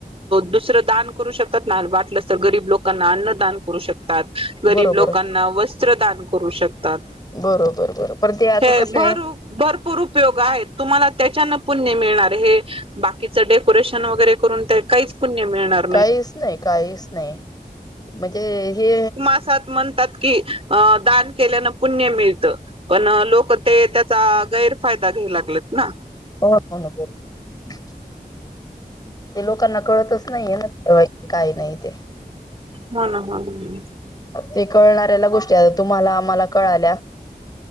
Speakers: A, on the right; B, on the left.
A: दुसरं दान -- करू शकतात ना. वाटलं तर गरीब लोकांना अन्नदान करू शकतात. गरीब
B: बरोबर
A: लोकांना वस्त्र दान करू शकतात.
B: बरोबर, बरोबर. प ते आचं
A: हे
B: कसंय.
A: भरू भरपूर उपयोग आहेत तुम्हाला त्याच्यान पुण्य मिळणार हे बाकीचं डेकोरेशन वगैरे करून ते काहीच पुण्य मिळणार --
B: काहीच नाही, काहीच नाही म्हणजे हे
A: असात म्हणतात की अ दान केल्यान पुण्य मिळतं. पण लोक ते त्याचा गैरफायदा घ्याऊ लागलेत ना.
B: हो ना. बरोबर आहे. ते लोकांना कळतच नाहीये ना काही नाही ते.
A: हा ना हाना ह.
B: ते कळणाऱ्याला गोष्टी आ तुम्हाला आम्हाला कळाल्या.